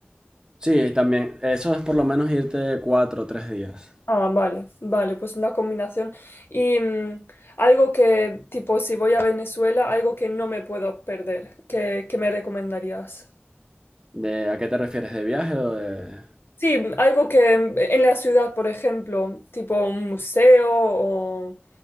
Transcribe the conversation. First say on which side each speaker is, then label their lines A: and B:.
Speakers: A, on the right; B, on the left.
A: Sí, también. Eso es por lo menos irte cuatro o tres días.
B: Ah, vale, vale, pues una combinación. Y mm, algo que, tipo, si voy a Venezuela, algo que no me puedo perder, que que me recomendarías?
A: ¿De, a qué te refieres? ¿De viaje o de...?
B: Sí, mm, algo que mm, en la ciudad, por ejemplo, tipo un museo o,